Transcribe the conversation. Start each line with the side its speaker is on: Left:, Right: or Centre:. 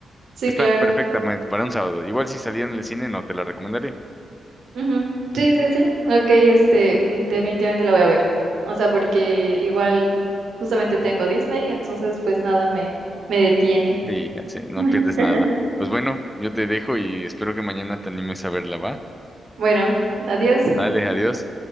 Right: sí,
Centre: Está
Right: claro.
Centre: perfectamente para un sábado. Igual si saliera en el cine, no te la recomendaría.
Right: Ujú. Sí, sí, sí. Ok, este, mm, definitivamente la voy a ver. O sea, porque igual justamente tengo Disney, entonces pues nada me, me detiene.
Centre: Sí, así, no
Right: <laughs>
Centre: pierdes nada. Pues bueno, yo te dejo y espero que mañana te animes a verla, ¿va?
Right: Bueno, adiós.
Centre: Dale, adiós.